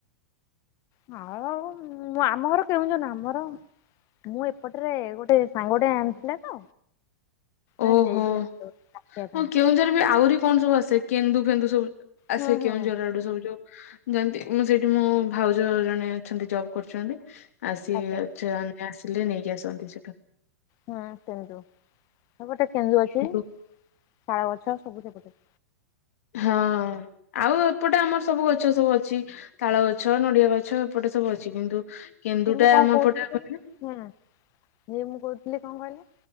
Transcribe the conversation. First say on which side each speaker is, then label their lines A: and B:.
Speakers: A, on the left; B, on the left.
A: ହଁ ଆଉ ଆମ ଘର କେଉଁଝର ନୁହେଁ ଆମ ଘର ମୁଁ ଏପଟରେ ଗୋଟେ ସାଙ୍ଗ ଟେ ଆଣିଥିଲା ତ। ହଁ
B: ଓହୋ
A: ଦେଇଥିଲା ଚାଖିବା
B: ହଁ
A: ପାଇଁ।
B: କେଉଁଝର ବି ଆହୁରି କଣ ସବୁ ଆସେ କେନ୍ଦୁ ଫେନ୍ଦୁ ସବୁ ଆସେ
A: ହୁଁ ହୁଁ
B: କେଉଁଝର ଆଡୁ ସବୁ ଯୋଉ। ଯେମତି ମୁଁ ସେଇଠି ମୋ ଭାଉଜ ଜଣେ ଅଛନ୍ତି ଜବ୍ କରୁଚନ୍ତି। ଆସି
A: ଆଜ୍ଞା
B: ଅଛ ଆମେ ଆସି ଲେ ନେଇକି ଆସନ୍ତି ସେଟା।
A: ହୁଁ କେନ୍ଦୁ। ସେପଟେ କେନ୍ଦୁ ଅଛି
B: କିନ୍ତୁ
A: ଶାଳ ଗଛ ସବୁ ସେପଟେ।
B: ହଁ ଆଉ ଏପଟେ ଆମର ସବୁ ଗଛ ସବୁ ଅଛି। ତାଳ ଗଛ ନଡିଆ ଗଛ ଏପଟେ ସବୁ ଅଛି କିନ୍ତୁ କେନ୍ଦୁଟା
A: କି ମୁୁ କଣ
B: ଆମ
A: କହୁଥିଲି
B: ଏପଟେ
A: ହକହିଲ
B: କହିଲେ।
A: ହୁଁ। ହେଇ ମୁଁ କହୁଥିଲି କଣ କହିଲ,